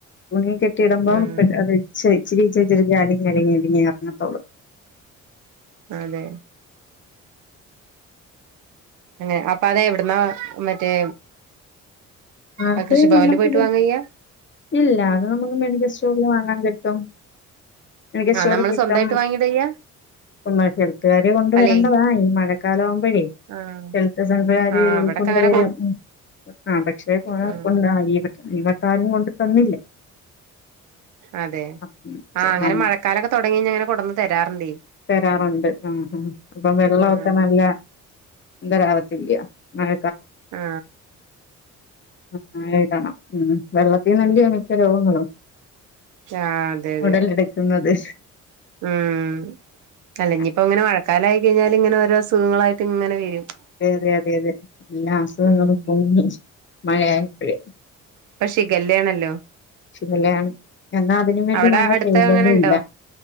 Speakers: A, on the left (about 40°); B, on the right (about 80°).
A: തുണി കെട്ടിയിടുമ്പോം
B: ആഹ്
A: ഇച്ചിരി ഇച്ചിരി ഇച്ചിരി അലി ഞരങ്ങി ഞരിങ്ങി ഇറങ്ങത്തോളൂ
B: അതെ അങ്ങനെ അപ്പോ അത് എവിടന്നാ മറ്റെ
A: ആ അത്
B: അ കൃഷിഭവനിൽ
A: നമ്മൾക്ക്
B: പോയിട്ട് വാങ്ങാചെയ്യാ
A: ഇല്ല അത് നമുക്ക് മെഡിക്കൽ സ്റ്റോറിൽന്ന് വാങ്ങാൻ കിട്ടും മെഡിക്ക
B: ആഹ്
A: സ്റ്റോറിൽ
B: നമ്മള്
A: കിട്ടും
B: സ്വന്തമായിട്ട് വാങ്ങിയിട ചെയ്യാ
A: ഒന്നായിട്ട് എൽത്തുകാര് കോണ്ട്
B: അല്ലെ
A: വരെണ്ടതാണ് മഴക്കാലം ആവുമ്പോഴേ
B: ആഹ്
A: ഹെൽത് സെൻറ്റർ കാർ
B: ആഹ് ഇവിടൊക്കെ
A: കൊണ്ട്
B: അങ്ങനെ
A: വരും മ് ആ പക്ഷെ പോ <unintelligible>
B: ആഹ്
A: ഇ ഈവട്ടാരും കൊണ്ട് തന്നില്ല
B: അതെ
A: ഉം
B: ആ അങ്ങനെ
A: നം
B: മഴക്കാലക്കെ തൊടങ്ങിയ്ഞ്ഞ അങ്ങനെ കൊടന്ന് തരാറ്ണ്ടേ
A: തരാറുണ്ട് മ് ഹ് അപ്പൊ വെള്ള
B: ആഹ്
A: ഒക്കെ നല്ല ന്തരാവത്തില്യ മഴ
B: ആ
A: <unintelligible> മ് വെള്ളത്തീന്നല്ലേ മിക്ക രോഗങ്ങളും
B: ആഹ് അതെ അതെ
A: ഉടലെടുക്കുന്നത്
B: ഉം അല്ലഞ്ഞിപ്പോ
A: അതെ
B: ഇങ്ങനെ മഴക്കാലയിക്കഴിഞ്ഞാല് ഇങ്ങനെ ഓരോ അസുഖങ്ങളായിട്ട് ഇങ്ങനെ വരും.
A: അതെ അതെ അതെ അതെ എല്ലാ അസുഖങ്ങളും
B: ഉം
A: പൊങ്ങി മഴയായപ്പഴേ
B: പ്പ ഷിഖല്ലാണല്ലോ
A: ഷിഗല്ല യാണ് എന്നാ അതിനു വേണ്ടി
B: അവിടെ
A: മഴ
B: അടുത്ത്
A: പെയ്തതുല്ല
B: അങ്ങനെ ഉണ്ടോ